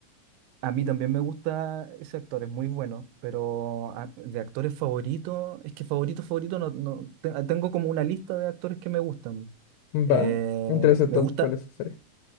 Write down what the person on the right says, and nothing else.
A mí también me gusta ese actor, es muy bueno, pero a- de actores favoritos, es que favorito, favorito, no, no- te- tengo como una lista de actores que me gustan. Eh,
me
gusta,